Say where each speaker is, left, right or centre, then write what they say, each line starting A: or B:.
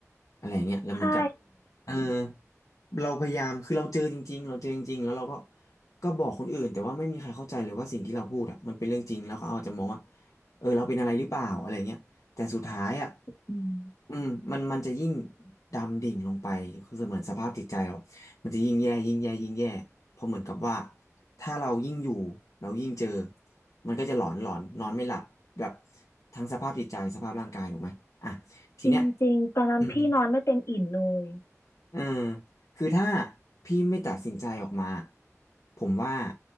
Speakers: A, on the left; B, on the left.
A: อะไรอย่างเงี้ยแล้วเหมือนกับ
B: ใช่
A: เออเราพยายามคือเราเจอจริงๆเราเจอจริงๆแล้วเราก็ก็บอกคนอื่นแต่ว่าไม่มีใครเข้าใจเลยว่าสิ่งที่เราพูดอะมันเป็นเรื่องจริงแล้วเขาอาจจะมองว่าเออเราเป็นอะไรหรือเปล่าอะไรเงี้ย แต่สุดท้ายอ่ะ
B: อืม
A: อืมมันมันจะยิ่งดำดิ่งลงไปคือเหมือนสภาพจิตใจเรามันจะยิ่งแย่ยิ่งแย่ยิ่งแย่เพราะเหมือนกับว่าถ้าเรายิ่งอยู่เรายิ่งเจอมันก็จะหลอนหลอนนอนไม่หลับแบบทั้งสภาพจิตใจสภาพร่างกายถูกไหมอ่ะทีเนี้ย
B: จริงจริงตอนนั้นพี่นอนไม่เต็มอิ่มเลย
A: อืม เออคือถ้าพี่ไม่ตัดสินใจออกมา ผมว่า